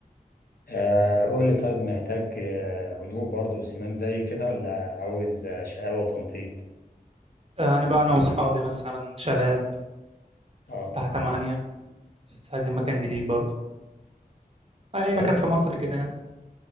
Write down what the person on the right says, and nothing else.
انا بقى انا واصحابي مثلا شباب
بتاع تمانية بس عايزين مكان جديد برضه اي
مكان في مصر كده يعني